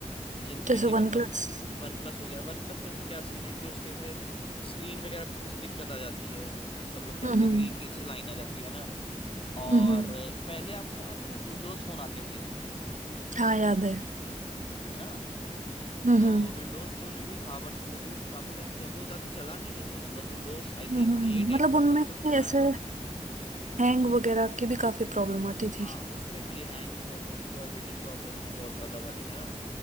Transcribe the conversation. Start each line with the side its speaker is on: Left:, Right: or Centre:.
Left: जिन पे
Right: जैसे
Left: कि मतलब
Right: वन प्लस
Left: वन प्लस हो गया वन प्लस में से क्या सीन है कि उसके से स्क्रीन वगैरह पे थोड़ी सी दिक्कत आ जाती है ऐसा सब लोग कहते
Right: हम्म
Left: हैं ग्रीन ग्रीन सी लाइन आ जाती है ना और
Right: हम्म हम्म,
Left: पहले आपको याद है विंडोज़ फ़ोन आते थे
Right: हाँ याद है
Left: है ना
Right: हम्म
Left: तो
Right: हम्म
Left: विंडोज फोन में भी था बट वो भी काफी टाइम चल वो ज्यादा चला नहीं वैसे मतलब Windows I
Right: हम्म,
Left: think
Right: हम्म।
Left: eight
Right: मतलब
Left: eight point
Right: उनमें
Left: one तक फोन
Right: ऐसे
Left: आया था
Right: हैंग वगैरह की भी काफी प्रॉब्लम आती
Left: हाँ
Right: थी
Left: उसमें थी हैंग की प्रॉब्लम थी और हीटिंग प्रॉब्लम थी बहुत ज्यादा वाली है ना